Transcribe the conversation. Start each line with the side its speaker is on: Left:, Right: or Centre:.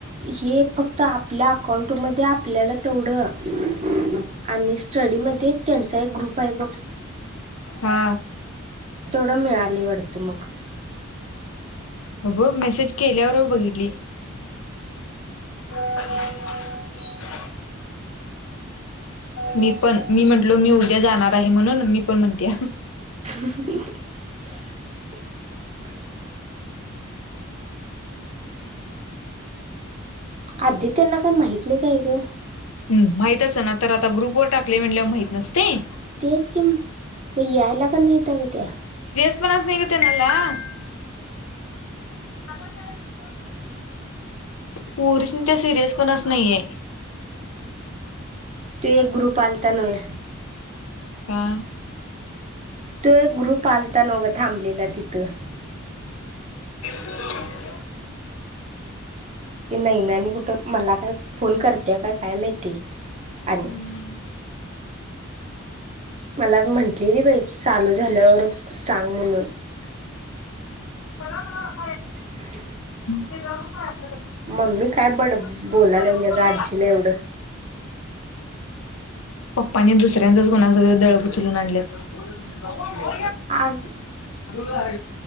Right: हे फक्त आपल्या अकाउंटमध्ये, आपल्याला तेवढं आणि स्टडी मध्ये त्यांचा एक ग्रुप आहे बघ.
Left: हा.
Right: एढ मिळाले वाटतं मग
Left: बा बू मेसेज केल्यावर बघितली. <inaudible> मी पण, मी म्हंटलो मी उद्या जाणार आहे म्हणून, मी पण म्हणत्या.
Right: <inaudible> आधी त्यांना काय माहत नाही काय ग?
Left: हम् माहित असं ना तर आता ग्रुपवर टाकले म्हणल्यावर माहित नसतंय.
Right: तेच कि मग यायला का नाही त्या ग त्या.
Left: <inaudible> पोरीसनी त्या सिरियस पणा चं नाहीये
Right: ते एक ग्रुप आलता नव्हे.
Left: का?
Right: तो एक ग्रुप आलता नव्हं ग. थांबलेला तिथं-
Left: येवून
Right: ती नाही ना आणि कुठं मला काय फोन करते. काय काय माहिती? आणि
Left: हं!
Right: मला म्हंटलेली बाई चालू झाल्यावर सांग म्हणून, -
Left: खरखर
Right: ठबक
Left: कसाय
Right: मम्मी काय बड
Left: हम्म.
Right: बोलायला लावल गं आजीला एवढं!
Left: पप्पाने दुसऱ्यांचाच कोणाच दळप उचलून आणलं. तांदूळ
Right: अग
Left: ला